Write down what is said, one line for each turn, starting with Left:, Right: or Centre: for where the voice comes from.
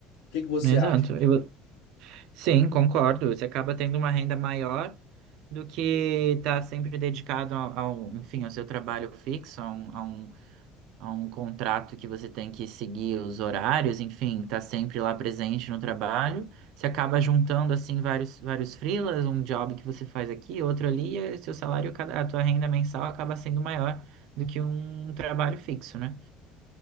Left: O que que você
Right: Exato.
Left: acha?
Right: Eu- sim, concordo. Você acaba tendo uma renda maior do que tá sempre dedicado ao, ao, enfim, ao seu trabalho fixo, a um, a um contrato que você tem que seguir os horários, enfim, tá sempre lá presente no trabalho. Você acaba juntando assim vários vários freelas, um job que você faz aqui, outro ali, e seu salário, cada- a tua renda mensal acaba sendo maior do que um trabalho fixo, né?